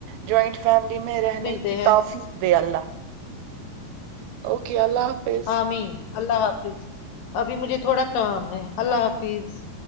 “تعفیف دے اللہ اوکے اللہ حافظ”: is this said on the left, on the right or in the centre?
Right